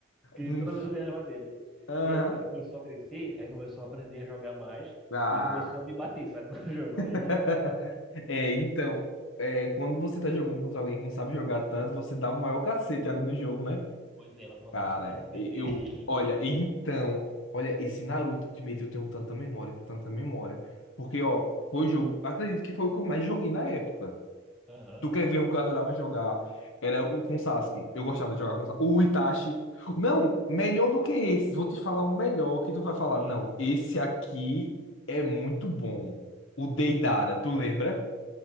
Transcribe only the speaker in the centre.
porque
toda vez eu ganhava dele.
E aí, ele começou a crescer, aí começou a aprender a jogar mais,
e começou a me bater, sabe, <laughs> no jogo.
Aí,
pois é, mas quando
a pessoa começa a aprender...
<laughs>
Aham,
aham.